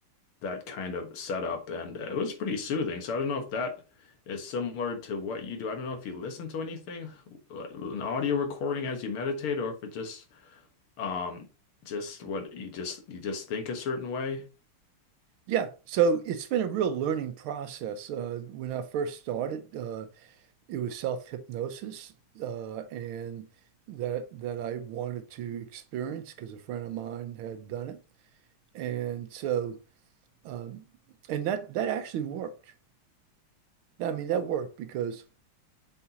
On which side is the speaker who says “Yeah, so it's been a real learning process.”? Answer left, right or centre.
Right